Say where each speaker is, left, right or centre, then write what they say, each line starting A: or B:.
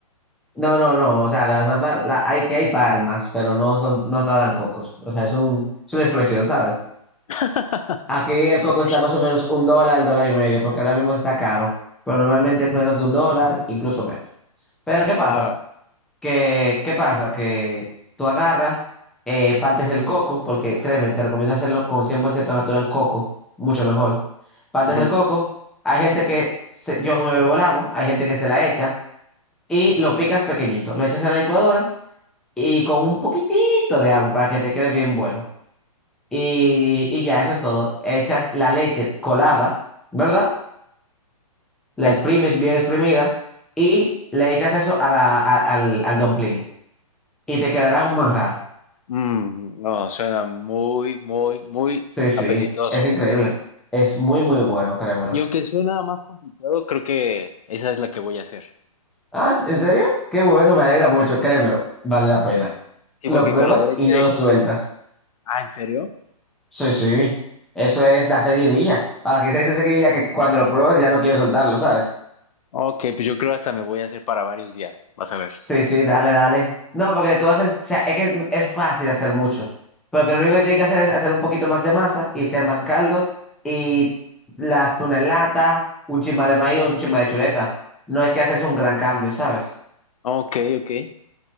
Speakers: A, in the centre; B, on the left (about 65°).
A: No, no, no. O sea, las mapas, la- hay que hay palmas, pero no son, no te dan cocos. O sea, es un, es una expresión, ¿sabes?
B: <laughs>
A: Aquí el coco
B: Ok.
A: está más o menos un dólar, dólar y medio, porque ahora mismo está caro, pero normalmente es menos de un dólar, incluso menos. Pero ¿qué pasa?
B: Ah,
A: Que, ¿qué pasa? Que tú agarras, eh, partes el coco, porque créeme, te recomiendo hacerlo con 100% natural coco, mucho mejor. Partes
B: ujú,
A: el coco, hay gente que se- yo me bebo el agua, hay gente que se la echa y lo picas pequeñito, lo echas en la licuadora y con un poquitito de agua para que te quede bien bueno. Y, y ya, eso es todo. Echas la leche colada, ¿verdad?
B: Sí.
A: La exprimes bien exprimida y le echas eso a la, a- al, al dumpling. Y te quedará un manjar.
B: Mm, no, suena muy, muy, muy
A: Sí, sí,
B: apetitoso.
A: es increíble. Es muy, muy bueno, créemelo.
B: Y aunque suena más complicado, creo que esa es la que voy a hacer.
A: Ah, ¿en serio? Qué bueno, me alegra mucho, créemelo. Vale la pena.
B: Sí,
A: Lo
B: porque
A: pruebas
B: con la leche
A: y no
B: de
A: lo
B: coco.
A: sueltas.
B: Ah, ¿en serio?
A: Sí, sí. Eso es la seguidilla. Aquí se dice seguidilla que cuando lo pruebas ya no quieres soltarlo, ¿sabes?
B: Ok, pues yo creo hasta me voy a hacer para varios días. Vas a ver.
A: Sí, sí, dale, dale. No, porque tú haces, o sea, es que es fácil hacer mucho. Pero que lo único que tienes que hacer es hacer un poquito más de masa y echar más
B: Mm.
A: caldo y las tunas en lata, un chima de maíz o un chima de chuleta. No es que haces un gran cambio, ¿sabes?
B: Ok, ok.